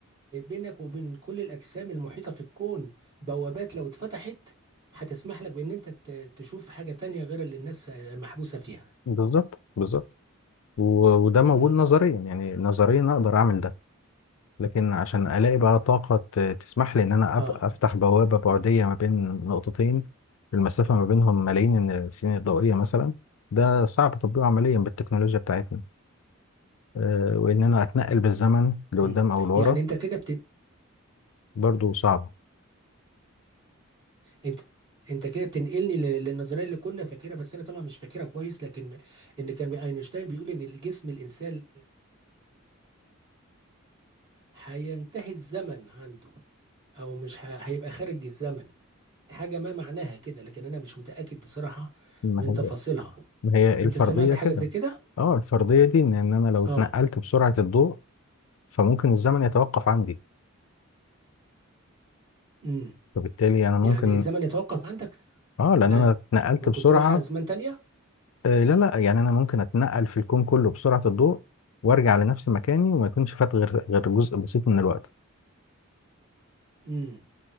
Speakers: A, on the right; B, on the left.
A: بينك وبين كل الاجسام المحيطة في الكون بوابات لو اتفتحت هتسمح لك بان انت ت- تشوف حاجة تانية غير اللي الناس محبوسة فيها
B: بالظبط بالظبط و- وده موجود
A: امم
B: نظريا يعني نظريا اقدر اعمل ده لكن عشان الاقي بقى طاقه ت- تسمح لي ان انا
A: اه
B: أب- افتح بوابه بعديه ما بين نقطتين المسافه ما بينهم ملايين السنين الضوئيه مثلا ده صعب تطبيقه عمليا بالتكنولوجيا بتاعتنا آه، وان انا اتنقل بالزمن لقدام
A: مم.
B: او لورا
A: يعني انت كده بتن...
B: برضو صعبه
A: انت انت كده بتنقلني لل- للنظريه اللي كنا فاكرها بس انا طبعا مش فاكرها كويس لكن ان كان بي- اينشتاين بيقول ان جسم الانسان هينتهي الزمن عنده او مش ه... هيبقى خارج الزمن حاجه ما معناها كده لكن انا مش متاكد بصراحه
B: ما
A: من تفاصيلها
B: هي ما هي
A: انت
B: الفرضيه
A: سمعت حاجه
B: كده
A: زي كده
B: اه الفرضيه دي ان ان انا لو
A: اه
B: اتنقلت بسرعه الضوء فممكن الزمن يتوقف عندي
A: امم
B: فبالتالي انا ممكن
A: يعني الزمن يتوقف عندك
B: اه لان
A: ها
B: انا اتنقلت
A: ممكن
B: بسرعه
A: تروح ازمان تانية
B: آه لا لا يعني انا ممكن اتنقل في الكون كله بسرعه الضوء وارجع لنفس مكاني وما يكونش فات غير غير جزء بسيط من الوقت
A: امم